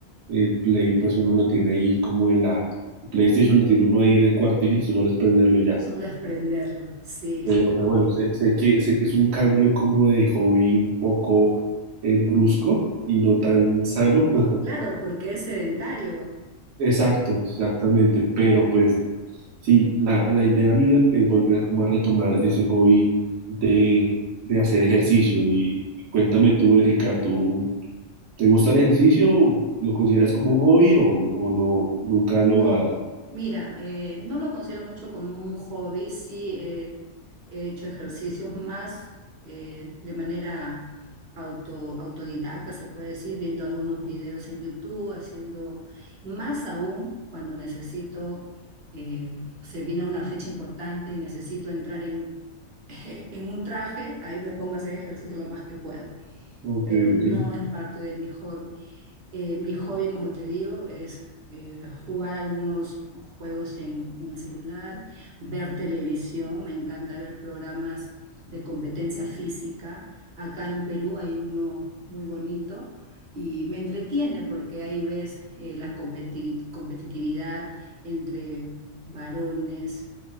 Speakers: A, on the right; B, on the right.
A: el Play, pues uno lo tiene ahí como en la, el PlayStation lo tiene uno ahí en el cuarto y listo, solo es prenderlo y ya.
B: Solo es prenderlo. Sí,
A: Pero,
B: sí.
A: pero bueno, sé, sé que, sé que es un cambio como de hobby un poco eh, brusco y no tan sano. <laughs>
B: Claro, porque es sedentario.
A: Exacto, exactamente. Pero pues sí, la, la idea mía es volver como a retomar ese hobby de, de hacer ejercicio. Y, y cuéntame tú, Erika, ¿tú te gusta el ejercicio? ¿Lo consideras como un hobby o, o no, nunca
B: No,
A: lo has?
B: mira, eh, no lo considero mucho como un hobby, sí eh, he hecho ejercicios más eh, de manera auto, autodidacta, se puede decir, viendo algunos videos en YouTube, haciendo más aún cuando necesito, eh, se viene una fecha importante y necesito entrar en, <laughs> en un traje, ahí me pongo a hacer ejercicio lo más que puedo,
A: Ok,
B: pero no
A: ok,
B: es parte de mi hobby. Eh, mi hobby, como te digo, es eh, jugar algunos juegos en, en el celular, ver televisión, me encanta ver programas de competencia física. Acá en Perú hay uno muy bonito y me entretiene porque ahí ves eh, la competi- competitividad entre varones,